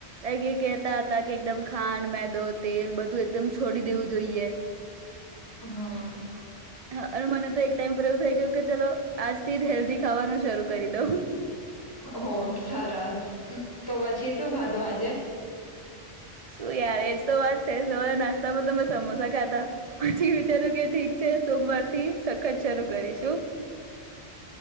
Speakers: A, on the right; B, on the left.
A: એ કંઈક કહેતા હતા કે એકદમ ખાંડ મેદો તેલ બધું એકદમ છોડી દેવું જોઈએ.
B: હા.
A: હા અને મને તો એક ટાઈમ પર એવું થઇ ગયું કે ચલો આજથી જ હેલ્ધી ખાવાનું શરૂ કરી દઉં.
B: હો સારા. તો પછી શું ખાધું આજે?
A: શું યાર એજ તો વાત છે સવારે નાસ્તામાં તમે સમોસા ખાધા પછી વિચાર્યું કે ઠીક છે, સોમવાર થી સખત શરૂ કરીશું.